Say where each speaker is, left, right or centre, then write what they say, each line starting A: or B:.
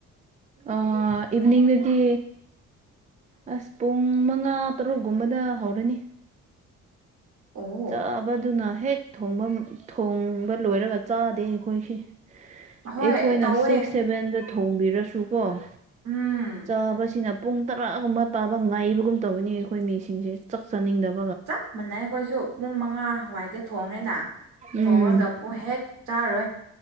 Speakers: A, on the right (about 25°); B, on the right (about 70°).
A: ꯑ ꯏꯚꯤꯅꯤꯡꯗꯗꯤ ꯑꯁ ꯄꯨꯡ ꯃꯉꯥ ꯇꯔꯨꯛꯒꯨꯝꯕꯗ ꯍꯧꯔꯅꯤ
B: ꯑꯣ
A: ꯆꯥꯕꯗꯨ ꯅ ꯍꯦꯛ ꯊꯣꯡꯕ ꯊꯣꯡꯕ ꯂꯣꯏꯔꯒ ꯆꯥꯗꯦ ꯑꯩꯈꯣꯏꯁꯤ
B: ꯍꯣꯏ
A: ꯑꯩꯈꯣꯏꯅ
B: ꯇꯧ
A: ꯁꯤꯛꯁ ꯁꯚꯦꯟꯗ ꯊꯣꯡꯕꯤꯔꯁꯨꯀꯣ
B: ꯎꯝ
A: ꯆꯥꯕꯁꯤꯅ ꯄꯨꯡ ꯇꯔꯥꯒꯨꯝꯕ ꯇꯥꯕ ꯉꯥꯏꯕꯒꯨꯝ ꯇꯧꯋꯤꯅ‌ꯦ ꯑꯩꯈꯣꯏ ꯃꯤꯁꯤꯡꯁꯦ ꯆꯥꯛ ꯆꯥꯅꯤꯡꯗꯕ
B: ꯆꯞ ꯃꯥꯟꯅꯩ ꯑꯩꯈꯣꯏꯁꯨ ꯄꯨꯡ ꯃꯉꯥ ꯋꯥꯏꯗ ꯊꯣꯡꯉꯦꯅ ꯊꯣꯡꯔꯒ
A: ꯎꯝ
B: ꯄꯨꯡ ꯍꯦꯛ ꯆꯥꯔꯣꯏ